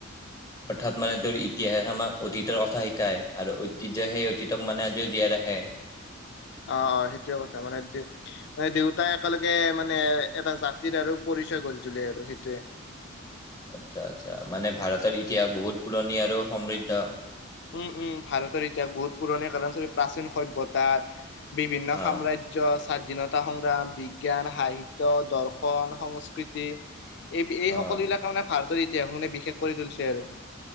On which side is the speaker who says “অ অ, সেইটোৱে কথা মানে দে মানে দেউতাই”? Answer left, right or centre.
Left